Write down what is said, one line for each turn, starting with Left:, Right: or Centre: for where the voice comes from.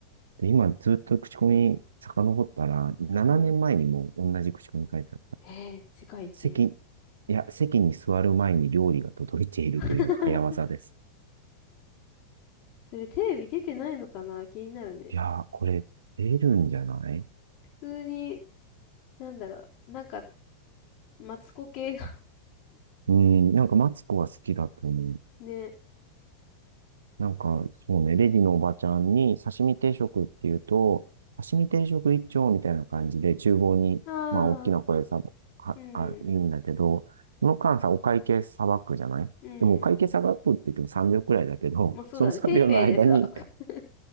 Right: で、今ずっと口コミ遡ったら、7年前にも同じ口コミ書いてあった。
Left: うん。ええ、世界一
Right: 席、いや、席に座る前に料理が届いているという早技です。
Left: <laughs> それテレビ出てないのかな気になるね。
Right: いやー、これ出るんじゃない
Left: 普通に、なんだろう。なんか、マツコ系の
Right: うん、なんかマツコは好きだと思う。
Left: <laughs> ね。
Right: なんか、そうね、レディのおばちゃんに刺身定食っていうと、刺身定食一丁みたいな感じで、厨房に、
Left: ああ、
Right: まあ、大きな声でさ、は、
Left: うん、
Right: あ、言うんだけど、その間さ、お会計さばくじゃないでも、
Left: うん。
Right: お会計さばくって言っても3秒くらいだけど、
Left: まあそうだね。
Right: <laughs> その3秒の間に、
Left: ペイペイでさ。<laughs>